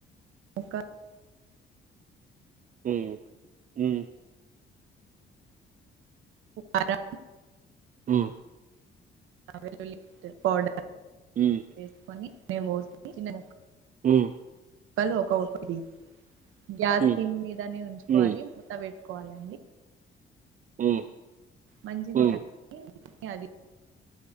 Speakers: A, on the right; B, on the right.
A: ఒక
B: హ్మ్ హ్మ్
A: అర
B: హ్మ్
A: వెల్లుల్లి పౌడర్
B: హ్మ్.
A: వేసుకొని మేము చిన్న ముక్క
B: హ్మ్
A: ఒకలు ఒక ఒకటి గ్యాస్
B: హ్మ్.
A: సిమ్
B: హ్మ్.
A: మీదనే ఉంచుకోవాలి
B: హ్మ్.
A: మూత పెట్ కోవాలండి
B: హ్మ్.
A: మంచిగా
B: హ్మ్.
A: నీ అది